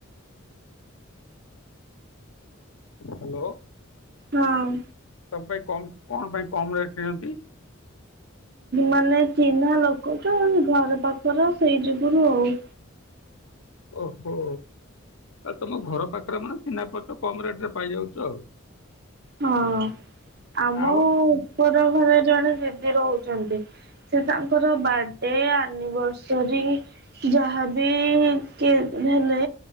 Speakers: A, on the left (about 85°); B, on the right (about 50°).
A: ହାଲୋ
B: ହଁ
A: ତମ ପାଇଁ କମ୍, କଣ ପାଇଁ କମ୍ ରେଟ୍ ନିଅନ୍ତି?
B: ମାନେ ଚିହ୍ନା ଲୋକ ତ, ଘର ପାଖର, ସେଇ ଯୁଗୁରୁ ଆଉ।
A: ଓହୋ। ଆଉ ତମ ଘର ପାଖରେ ମାନେ ଚିହ୍ନା ପରିଚ, କମ୍ ରେଟ଼ ରେ ପାଇଯାଉଚ ଆଉ।
B: ହଁ, ଆମ
A: ଆଉ
B: ଉପର ଘରେ ଜଣେ ଦିଦି ରହୁଚନ୍ତି ସେ ତାଙ୍କର ବାଡେ ଆନିଭର୍ସରୀ ଯାହାବି କେ ହେଲେ